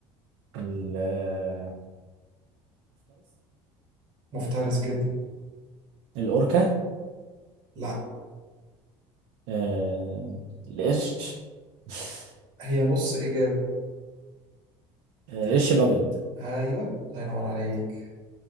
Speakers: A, on the right; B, on the right.
A: المفترس
B: مفترس جدا
A: الأوركا
B: لا
A: آه، القرش <laughs>
B: هي نص إجابة
A: آه،
B: يعني
A: القرش الأبيض
B: أيوه الله ينور عليك